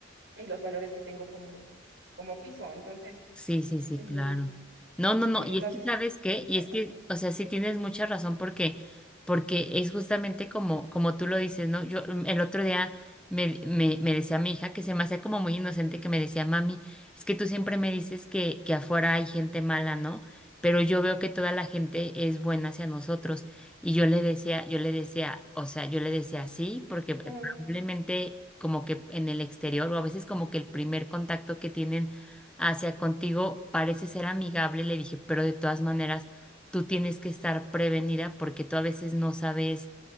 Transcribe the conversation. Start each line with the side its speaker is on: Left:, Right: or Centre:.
Right: y los valores que tengo como, como piso. Entonces,
Centre: Sí, sí, sí,
Right: mm,
Centre: claro. No, no, no,
Right: eh,
Centre: y
Right: no
Centre: es que
Right: sé si...
Centre: sabes qué, y
Right: Adelante.
Centre: es que, o sea, sí tienes mucha razón porque, porque es justamente como, como tú lo dices, ¿no? Yo mm, el otro día me, me, me decía mi hija que se me hacía como muy inocente que me decía, mami, es que tú siempre me dices que, que afuera hay gente mala, ¿no? Pero yo veo que toda la gente es buena hacia nosotros. Y yo le decía, yo le decía, o sea, yo le decía sí, porque
Right: Mm.
Centre: eh, probablemente como que en el exterior, o a veces como que el primer contacto que tienen hacia contigo, parece ser amigable, le dije, pero de todas maneras, tú tienes que estar prevenida porque tú a veces no sabes